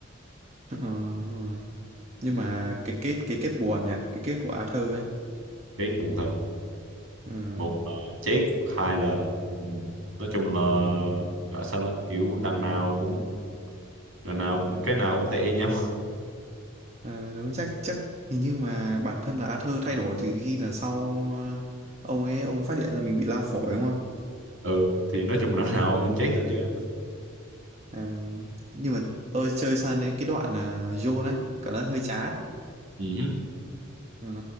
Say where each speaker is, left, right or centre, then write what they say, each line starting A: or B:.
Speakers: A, on the right (about 30°); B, on the right (about 70°).
A: <laughs> Ờ đúng rồi. Nhưng mà cái kết cái kết buồn nhỉ, cái kết của Arthur ấy.
B: cái buồn thật
A: Ờ.
B: một là chết hai là ừ, nói chung là gọi sao ta kiểu đằng nào cũng đằng nào cũng cái nào cũng tệ y nhau
A: Ờ, đúng chắc chắc hình như mà bản thân là Arthur thay đổi từ khi là sau ờ, ông ấy ông phát hiện ra mình bị lao phổi đúng không?
B: <laughs> ừ thì nói chung đằng nào cũng chết thôi chứ
A: Ờ, nhưng mà tôi chơi sang đến cái đoạn là John á cảm giác hơi chán.
B: ừ. hứ.
A: Ờ,